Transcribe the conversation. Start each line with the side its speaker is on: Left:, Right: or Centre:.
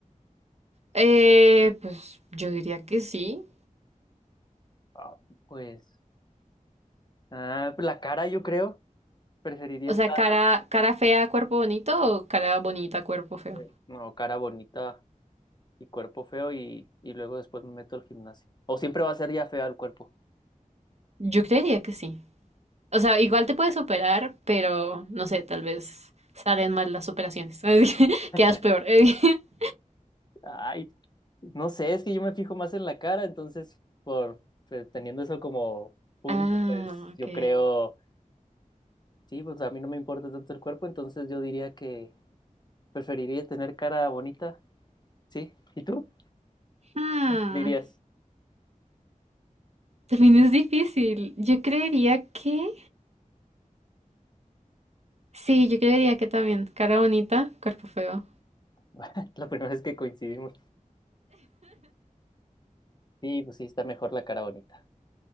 Right: Eh, pues yo diría que sí.
Left: Ah, pues, ah, pues la cara yo creo, preferiría
Right: O
Left: estar,
Right: sea, cara, cara fea, cuerpo bonito o cara bonita, cuerpo feo.
Left: eh, no, cara bonita y cuerpo feo y, y luego después me meto al gimnasio. O siempre va a ser ya fea el cuerpo.
Right: Yo creería que sí. O sea, igual te puedes operar, pero no sé, tal vez salen mal las operaciones. <laughs>
Left: <laughs>
Right: Quedas peor. <laughs>
Left: Ay, no sé, es que yo me fijo más en la cara, entonces, por pues, teniendo eso como punto,
Right: Ah,
Left: pues
Right: ok.
Left: yo creo, sí, pues a mí no me importa tanto el cuerpo, entonces yo diría que preferiría tener cara bonita, sí. ¿Y tú?
Right: Hmm,
Left: Dirías,
Right: También es difícil. Yo creería que... Sí, yo creería que también. Cara bonita, cuerpo feo.
Left: <laughs> la primera vez que coincidimos, sí, pues sí, está mejor la cara bonita.